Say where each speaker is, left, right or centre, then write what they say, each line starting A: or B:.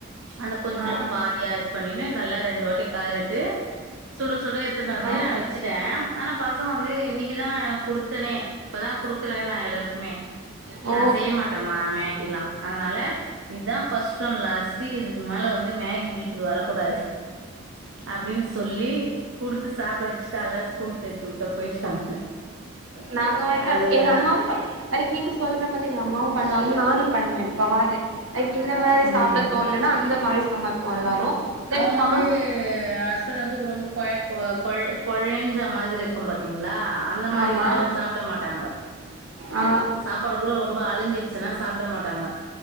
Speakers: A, on the right; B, on the right.
A: அது கொஞ்சோ
B: ஆ
A: பாதியா இது பண்ணின்னு நல்லா ரெண்டு வாட்டி கெளறிட்டு சுட சுட எத்துன்னு வந்து நா
B: ஆ
A: வச்சுட்டே னே ஆனா பசங்க வந்து இன்னைக்குதா நா குடுத்தேனே இப்பதா குடுக்குறனே நா எல்லாருக்குமே
B: ஓ
A: ஆ செய்ய மாட்டேமா மேகி எல்லா அதனால இதா ஃபஸ்ட் அண்ட் லாஸ்ட் இதுக்கு மேல வந்து மேகி வீட்க்கு வரக் கூடாது அப்டின்னு சொல்லி குடுத்து சாப்பிட வச்சு காலைல ஸ்கூலக்கு தேத்தி வுட்ட போயிட்டாங்க
B: நாங்க வந்து
A: அது
B: எங்க அம்மாவு பா அதுக்கு நீங்க சொல்ற மாதிரி எங்க அம்மாவும் பண்ணுவாங்க நானு பண்ணுவேன் எப்பவாது லைக் இந்த மாதிரி
A: ம்
B: சாப்பிட தோணலன்னா அந்த மாதிரி சாப்போம் எல்லாரு தென்
A: அவங்க
B: பாஸ்
A: வந்து ஹஸ்பண்ட் வந்து ரொம்ப கொழக் அ கொழ் கொழஞ்ச மாரி இருக்கும் பாத்தி ங்களா அந்த மாரி
B: ஆமா
A: இருந்த அவ்ங்க சாப்பிட மாட்டாங்க
B: ஆ
A: சாப்பாடு கூட ரொம்ப அழிஞ்சிடுச்சுன்னா சாப்பிட மாட்டாங்க